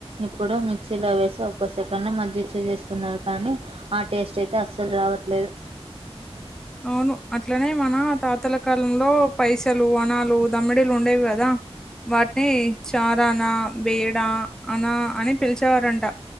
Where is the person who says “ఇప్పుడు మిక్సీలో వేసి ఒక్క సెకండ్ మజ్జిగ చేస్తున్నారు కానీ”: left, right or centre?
Right